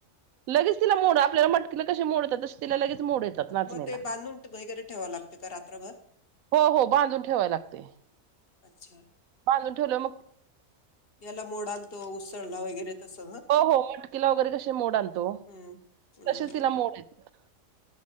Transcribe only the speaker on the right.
लगेच तिला मोड आपल्याला म्हट. तिला कशी मोडतात तिला लगे. मोड येतात नाचण्याला.
हो हो बांधून ठेवाय लागते
बांधून ठेवलं मग.
हो हो मटकीला वगैरे कसे मोड आणतो
तसेच
तिला मोड येत.